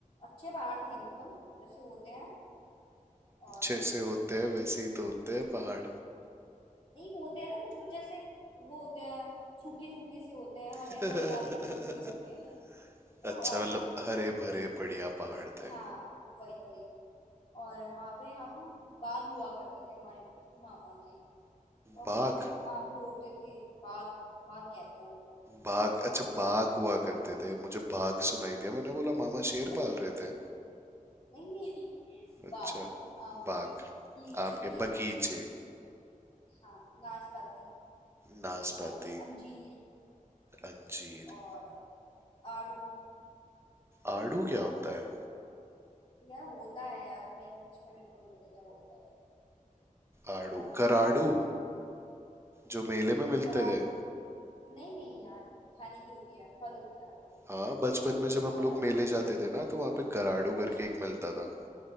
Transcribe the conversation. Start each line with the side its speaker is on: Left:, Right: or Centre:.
Left: अच्छे पहाड़ थे मतलब जैसे होते हैं और अ,
Right: जैसे होते हैं वैसे ही तो होते हैं पहाड़
Left: नहीं होते हैं ना कुछ कुछ जैसे वो होते हैं सूखे सूखे से होते हैं हरे
Right: <laughs>
Left: हरियाली नहीं होती है उनमें <laughs> वो
Right: अच्छा
Left: वाले
Right: मतलब हरे भरे बढ़िया पहाड़ थे
Left: हाँ वही वही और वहां पे हम बाग हुआ करते थे हमारे मामा के तो हम
Right: बाघ
Left: वहां पे आम तोड़ते थे बाग बाग कहते हैं उनको
Right: बाघ अच्छा
Left: आम के
Right: बाघ
Left: बाग
Right: हुआ करते थे मुझे बाघ सुनाई दिया मैंने बोला मामा शेर
Left: नहीं
Right: पाल
Left: नहीं
Right: रहे
Left: नहीं
Right: थे
Left: नहीं नहीं नहीं नहीं
Right: अच्छा
Left: बाग आम
Right: बाघ
Left: के लीची
Right: आम के
Left: के
Right: बगीचे
Left: हाँ नाशपाती
Right: नाशपाती
Left: और अंजीर
Right: अंजीर
Left: और आड़ू
Right: आड़ू
Left: और
Right: क्या होता है
Left: यार होता है यार मैं इंग्लिश में मेरे को नहीं पता क्या बोलता है उसको।
Right: आड़ू
Left: और अ,
Right: गराड़ू जो मेले में मिलते
Left: कराड़ू
Right: थे
Left: नहीं नहीं यार खाने की होती है फल होता है
Right: हाँ बचपन में जब हम
Left: और
Right: लोग
Left: अ,
Right: मेले जाते थे ना तो वहाँ पे गराडू करके
Left: अच्छा
Right: एक मिलता था